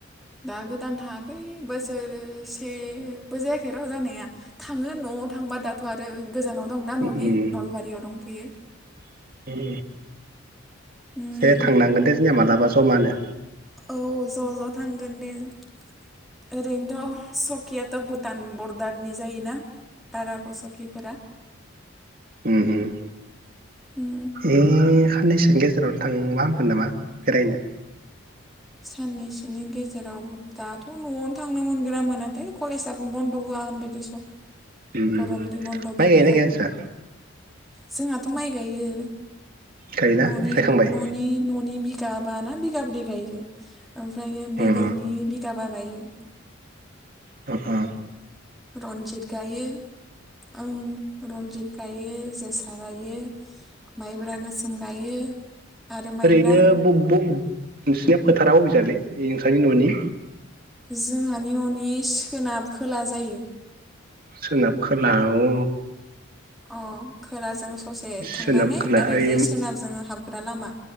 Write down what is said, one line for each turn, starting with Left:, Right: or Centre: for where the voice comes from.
Centre: दा गोदान थाङाखै बोसोरसेबो जायाखै र' जानाया थाङो न'आव थांबा दा दाथ' आरो गोजानाव दंना
Right: उम
Centre: न'नि
Right: उम
Centre: नलबारियाव दंफैयो
Right: <inaudible> उम
Centre: उम
Right: दे थांनांगोन दे जोंनिया मालाबा जमानो
Centre: औ ज' ज' थांगोन दे जों ओरैनोथ' सकियाथ' भुटान बरडारनि जायोना? दारा गसखिफोरा
Right: <inaudible> उ उम
Centre: उम
Right: ए साननैसोनि गेजेरावनो थांबा होमगोन नामा बेरायनो?
Centre: <inaudible> <inaudible>
Right: माइ
Centre: गरमनि बन्द'बो
Right: गायोना
Centre: गैया
Right: गाया नोंस्रा?
Centre: जोंहाथ' माइ गायो
Right: गायोना
Centre: न'नि
Right: गायखांबाय
Centre: न'नि न'नि बि बिगाबाना बिगाब्रै गायो ओमफ्रायो बेलेगनि
Right: उम
Centre: बिगाबा गायो।
Right: थाका
Centre: रनजित गायो ओं रनजित गायो जोसा गायो माइब्रा गोसोम गायो आरो माइब्रा
Right: ओरैनो ब ब नोंसिनिया फोथारा अबिजायलै नोंसानि न'नि
Centre: जोंहानि न'नि सोनाब खोला जायो।
Right: सोनाब खोला औ
Centre: अ खोलााजों ससे थांनानै
Right: सोनाब खोला
Centre: ओरैजाय
Right: ओइ
Centre: सोनाबजों हाबग्रा लामा